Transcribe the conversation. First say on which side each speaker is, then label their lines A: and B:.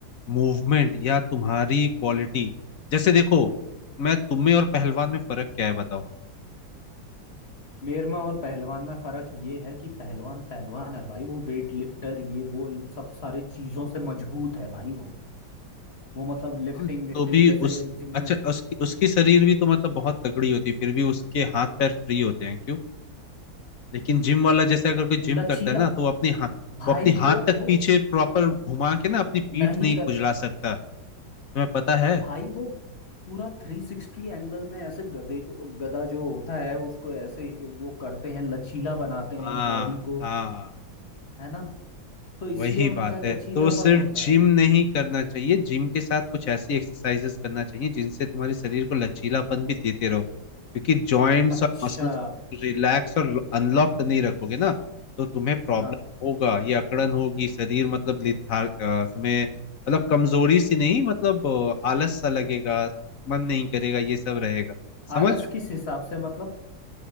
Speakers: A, on the left (about 60°); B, on the left (about 35°).
A: मूवमेंट या तुम्हारी क्वालिटी जैसे देखो मैं तुम में और पहलवान में फर्क क्या है बताओ
B: मेर में और पहलवान में फर्क ये है कि पहलवान पहलवान है भाई वो वेट लिफ्टर ये वो इन सब सारे चीजों से मजबूत है भाई वो वो मतलब लिफ्टिंग
A: हाँ,
B: विफ्टिंग
A: तो भी
B: जैसे
A: उस
B: जिम
A: अच्छा
B: में
A: उसकी उसकी शरीर भी तो मतलब बहुत तगड़ी होती है फिर भी उसके हाथ पैर फ्री होते हैं क्यों लेकिन जिम वाला जैसे अगर कोई जिम
B: लचीला
A: करता है ना तो वो अपनी हाथ
B: भाई
A: वो अपनी हाथ
B: वो
A: तक
B: वो
A: पीछे प्रॉपर घुमा के ना अपनी पीठ
B: नहीं
A: नहीं खुजला
B: कर
A: सकता तुम्हें पता है
B: भाई वो पूरा थ्री सिक्सटी एंगल में ऐसे गधे को गधा जो होता है उसको ऐसे ही वो करते हैं लचीला बनाते हैं
A: हाँ
B: बॉडी को
A: हाँ
B: है ना तो इसलिए
A: वही
B: उनका
A: बात
B: लचीलापन
A: है तो सिर्फ
B: होता
A: जिम
B: है
A: नहीं करना चाहिए जिम के साथ कुछ ऐसी एक्सरसाइजेस करना चाहिए जिनसे तुम्हारे शरीर को लचीलापन भी देते रहो क्योंकि जॉइंट्स
B: अच्छा
A: और मसल्स रिलैक्स और अनलॉक्ड नहीं रखोगे ना तो तुम्हें प्रॉब्लम
B: हाँ
A: होगा ये अकड़न होगी शरीर मतलब लिथार अ, तुम्हें मतलब कमजोरी सी नहीं मतलब अ, आलस सा लगेगा मन नहीं करेगा ये सब रहेगा समझ
B: आलस किस हिसाब से मतलब